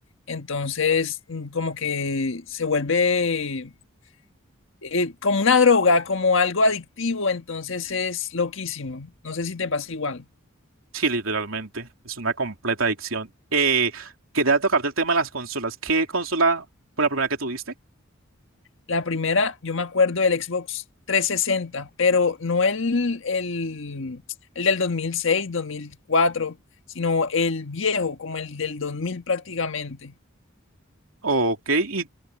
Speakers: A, on the left (about 65°); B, on the right (about 80°).
A: Entonces, mm, como que se vuelve eh, como una droga, como algo adictivo, entonces es loquísimo. No sé si te pasa igual.
B: Sí, literalmente. Es una completa adicción. Eh, quería tocarte el tema de las consolas. ¿Qué consola fue la primera que tuviste?
A: La primera, yo me acuerdo del Xbox 360, pero no el, el, el del 2006, 2004, sino el viejo, como el del 2000 prácticamente.
B: Ok, y